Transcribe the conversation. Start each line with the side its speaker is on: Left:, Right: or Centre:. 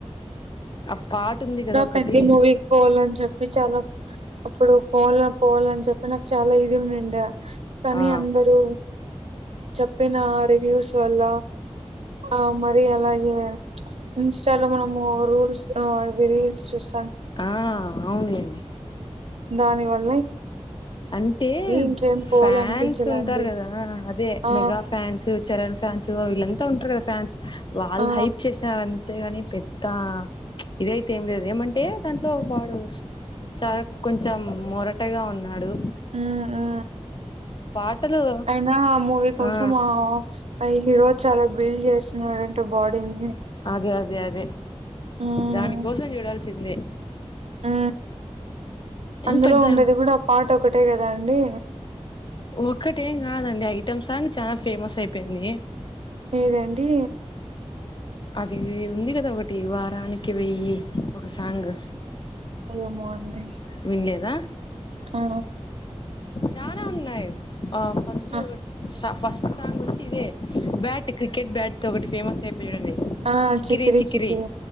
Left: ఆ పాట ఉంది కదా ఒకటి
Right: పెద్ద మూవీకి పోవాలని చెప్పి చాలా అప్పుడు పోవాల పోవాల అని చెప్పినా చాలా ఇది ఉండిండె కానీ
Left: ఆ
Right: అందరూ చెప్పిన రివ్యూస్ వల్ల ఆ మరి అలాగే ఇంస్టాలో మనము రూల్స్ ఆ ఇవి రీల్స్ చూస్
Left: ఆ అవును లేండి
Right: దానివల్ల
Left: అంటే
Right: ఇంకేం పోవాలనిపించలేండి
Left: ఫ్యాన్స్ ఉంటారు కదా అదే
Right: ఆ
Left: మెగా ఫ్యాన్స్ చరణ్ ఫ్యాన్సూ వీళ్ళంతా ఉంట్రు గదా ఫ్యాన్స్ వాళ్ళ్
Right: ఆ
Left: హైప్ చేషారం తే గాని పెద్దా ఇదైతే ఏం లేదు ఏమంటే దాంట్లో వాడు చాలా కొంచం మొరటగా ఉన్నాడు
Right: ఊ ఆ
Left: పాటలు
Right: అయినా ఆ మూవీ కోసమో
Left: ఆ
Right: ఆ హీరో చాలా బిల్ జేస్తున్నాడంట బాడీని
Left: అదే అదే అదే
Right: హ్మ్
Left: దానికోసం జూడాల్సిందే
Right: ఆ అందులో
Left: ఏం పెద్ద
Right: ఉండేది గూడా పాట ఒకటే గదా అండి
Left: ఒక్కటేం గాదండి ఐటెమ్ సాంగ్ చాలా ఫేమస్ అయిపేంది
Right: ఏదండీ
Left: అది ఉంది గదా ఒగటి వారానికి వెయ్యి ఒక సాంగు
Right: ఏమో అండి
Left: విండ్లేద
Right: ఆ
Left: చానా ఉన్నాయ్ ఆ ఫస్టూ
Right: ఆ
Left: ఒగట్ సా ఫస్ట్ సాంగొచ్చి ఇదే బ్యాట్ క్రికెట్ బ్యాట్ తో ఒగటి ఫేమస్ అయిపో <unintelligible>
Right: ఆ
Left: చిక్రి
Right: చికిరి
Left: చిక్రి
Right: చికిరి